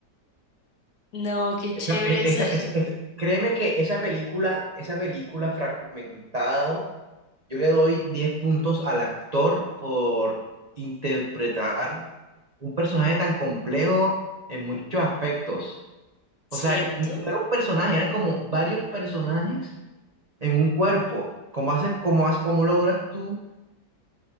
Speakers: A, on the left; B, on the right.
A: No, qué chévere
B: Esa- e-
A: es,
B: esa- esa- esa- créeme que esa película, esa película fragmentado, yo le doy 10 puntos al actor por interpretar un personaje tan complejo en muchos aspectos.
A: ¿cierto?
B: O sea, n- no era un personaje, eran como varios personajes en un cuerpo. ¿Cómo haces, cómo haces, cómo logras tú?